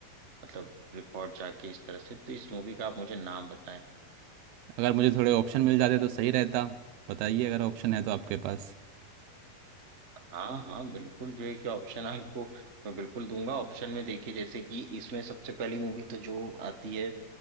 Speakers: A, on the right (about 40°); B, on the right (about 85°).
A: मतलब रिकॉर्ड जाके इस तरह से तो इस मूवी का आप मुझे नाम बताएं
B: अगर मुझे थोड़े ऑप्शन मिल जाते तो सही रहता बताइए अगर ऑप्शन है तो आपके पास
A: हाँ हाँ बिल्कुल जो है कि ऑप्शन आपको मैं बिल्कुल दूंगा ऑप्शन में देखिए जैसे कि इसमें सबसे पहली मूवी तो जो आती है